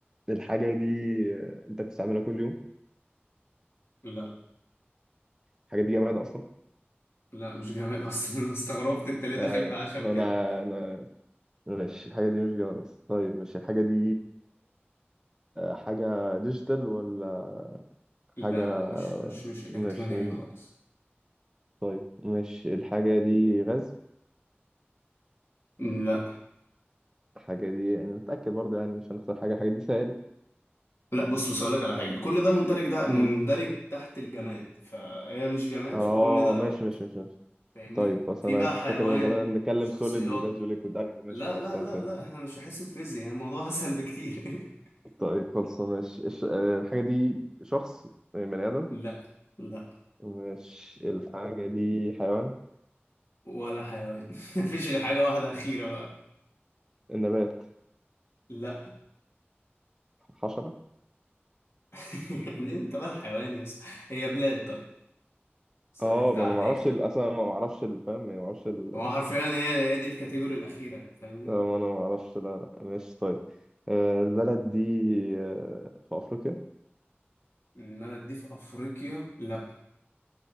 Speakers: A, on the right (about 15°); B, on the left (about 80°).
A: الحاجة دي آه، أنت بتستعملها كل يوم
B: لا
A: الحاجة دي جماد أصلا
B: لا مش جماد اصلا <laughs> انا استغربت انت ليه
A: طيب
B: داخل بعشم
A: انا
B: كده
A: انا ماشي الحاجه دي مش جوه اصلا طيب ماشي الحاجه دي آه، حاجه ديجيتال ولا
B: لا
A: حاجه
B: لا مش مش مش الكترونيه
A: ماشي مش
B: خالص
A: طيب ماشي الحاجه دي غاز
B: لا
A: الحاجه دي يعني نتاكد برضه يعني مش هنخسر حاجه الحاجه دي سائل
B: لا بص بص اقول لك على حاجه كل ده مندرج ده مندرج
A: مم.
B: تحت الجماد فهي مش جماد
A: اه
B: فكل ده
A: ماشي
B: اوت
A: ماشي ماشي ماشي.
B: فاهمني
A: طيب خلاص
B: في
A: انا
B: بقى
A: كنت
B: حيوان
A: فاكر ان هو جمال نتكلم
B: شخصيات
A: سوليد وجاز وليكويد ايوه ماشي
B: لا
A: خلاص
B: لا
A: تمام
B: لا
A: فهمت
B: لا احنا مش في حصه فيزياء يعني الموضوع اسهل بكتير
A: طيب خلاص ماشي الش- آه، الحاجه دي شخص يعني بني ادم
B: <laughs> لا لا
A: ماشي الحاجه دي حيوان
B: ولا حيوان <laughs> مفيش غير حاجه واحده اخيره بقى
A: النبات
B: لا
A: حشره
B: <laughs> ليه انت بقى الحيوان يا اسطى هي بلاد طيب سهلتها
A: اه ما
B: عليك
A: انا ما اعرفش ال- اصلا ما اعرفش الفهم ما اعرفش ال...
B: ما هو حرفيا هي هي دي الكاتيجوري الأخيرة فاهمني
A: آه، ما انا ما اعرفش لا لا ماشي طيب آه، البلد دي آه، في افريقيا
B: إنما دي في أفريقيا لأ